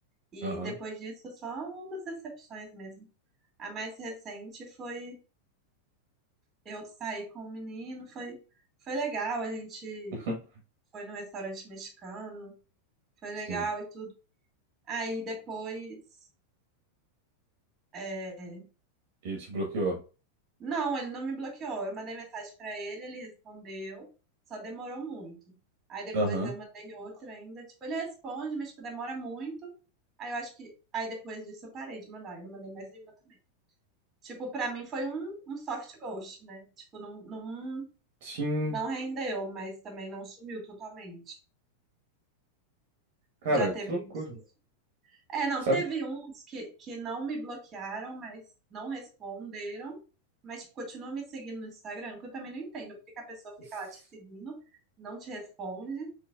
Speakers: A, on the right; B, on the right.
A: E
B: Aham.
A: depois disso, só umas decepções mesmo. A mais recente foi eu sair com um menino, foi, foi legal, a gente
B: <laughs>
A: foi num restaurante mexicano, foi legal
B: Sim.
A: e tudo. Aí depois é,
B: Ele te bloqueou.
A: Não, ele não me bloqueou. Eu mandei mensagem pra ele, ele respondeu, só demorou muito. Aí depois
B: Aham.
A: eu mandei outra ainda, tipo, ele responde, mas tipo, demora muito. Aí eu acho que aí depois disso eu parei de mandar, eu não mandei mais nenhuma também. Tipo, pra mim foi um, um soft ghost, né? Tipo, não, não,
B: Sim,
A: não rendeu, mas também não sumiu totalmente.
B: cara,
A: Já teve
B: que loucura.
A: uns que É, não,
B: Sabe?
A: teve uns que, que não me bloquearam, mas não responderam, mas tipo, continuam me seguindo no Instagram, que eu também não entendo porque que a pessoa fica
B: S-
A: lá te seguindo, não te responde.